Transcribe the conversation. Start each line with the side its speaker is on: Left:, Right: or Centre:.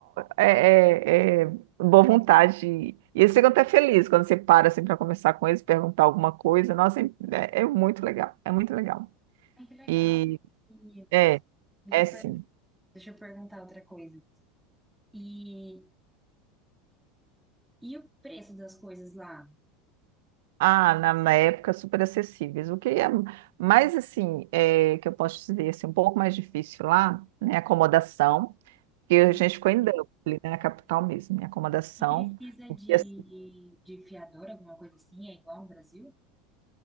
Right: é, é, é, boa vontade. de- E eles ficam até felizes quando você para assim, para conversar com eles, perguntar alguma coisa. Nossa, é, é muito legal, é muito legal.
Centre: ah, que legal.
Right: E
Centre: E
Right: é,
Centre: deixa
Right: é
Centre: eu,
Right: sim.
Centre: per- deixa eu perguntar outra coisa. E, e o preço das coisas lá?
Right: Ah, na, na época super acessíveis. O que é mais assim, é, que eu posso dizer assim, um pouco mais difícil lá, né? Acomodação, que a
Centre: Hum.
Right: gente ficou em Dublin, né, na capital mesmo, né, acomodação.
Centre: E precisa
Right: Porque
Centre: de,
Right: assim,
Centre: de fiador, alguma coisa assim? É igual no Brasil?